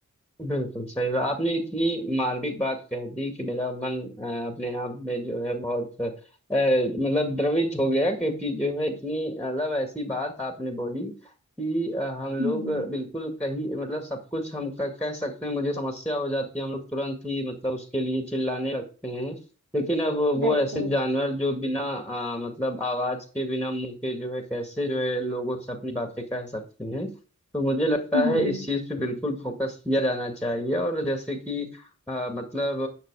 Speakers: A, in the centre; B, on the right.
A: बिल्कुल सही बात आपने इतनी मार्मिक बात कह दी कि मेरा मन अ, अपने आप में जो है बहुत अ, मतलब द्रवित हो गया क्योंकि जो है इतनी मतलब ऐसी बात आपने बोली कि अ, हम
B: हम्म
A: लोग बिल्कुल कहीं मतलब सब कुछ हम क- कह सकते हैं मुझे समस्या हो जाती है हम लोग तुरंत ही मतलब उसके लिए चिल्लाने लगते हैं लेकिन अब वो
B: बिल्कुल
A: ऐसे जानवर जो बिना अ, मतलब आवाज के बिना मुंह के जो है कैसे जो है लोगों से अपनी बातें कह सकते हैं तो मुझे लगता
B: हम्म
A: है इस चीज पे बिल्कुल फोकस किया जाना चाहिए और जैसे कि अ, मतलब